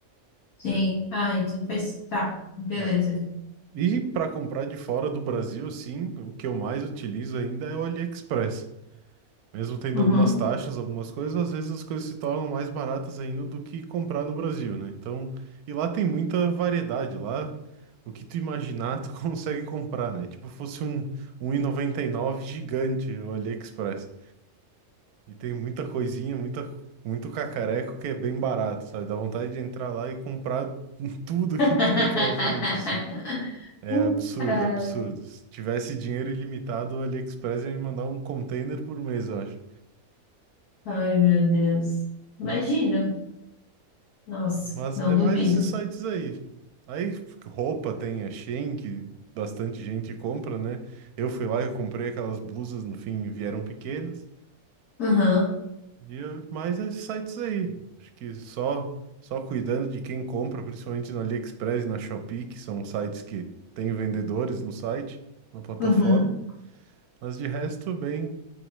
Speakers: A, on the left; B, on the right.
A: Sim.
B: né?
A: Ah, então faz. Tá. Beleza.
B: É. E para comprar de fora do Brasil, sim, o que eu mais utilizo ainda é o AliExpress. Mesmo tendo
A: Uhum.
B: algumas taxas, algumas coisas, às vezes as coisas se tornam mais baratas ainda do que comprar no Brasil, né? Então, e lá tem muita variedade, lá o que tu imaginar tu <laughs> consegue comprar, né? Tipo, fosse um, um e noventa e nove gigante o AliExpress. E tem muita coisinha, muita, muito cacareco que é bem barato, sabe? Dá vontade de entrar lá e comprar <laughs> tudo
A: <laughs>
B: que tu vê pela frente, assim. É absurdo,
A: Ai,
B: absurdo. Se tivesse dinheiro ilimitado, o AliExpress ia me mandar um container por mês, eu acho.
A: ai, meu Deus. Imagino. Nossa,
B: Mas
A: não
B: é
A: duvido.
B: mais esses sites aí. Aí roupa tem a Shein, que bastante gente compra, né? Eu fui lá e comprei aquelas blusas, no fim vieram pequenas.
A: Aham,
B: E eu- mais esses sites aí. Acho que só só cuidando de quem compra, principalmente no AliExpress e na Shopee, que são sites que têm vendedores no site, na plataforma.
A: uhum.
B: Mas de resto, bem,